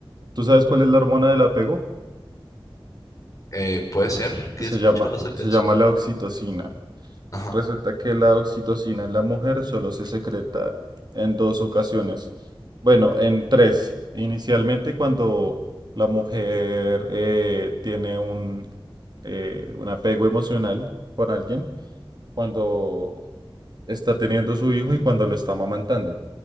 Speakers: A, on the right; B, on the left.
A: ¿tú sabes cuál es la hormona del apego?
B: eh, puede ser que
A: Se
B: he escuchado
A: llama,
B: acerca
A: se
B: de
A: llama
B: eso.
A: la oxitocina.
B: Ajá.
A: Resulta que la oxitocina en la mujer solo se secreta en dos ocasiones. Bueno, en tres. Inicialmente cuando la mujer eh, tiene un, eh, un apego emocional con alguien. cuando está teniendo su hijo y cuando lo está amamantando,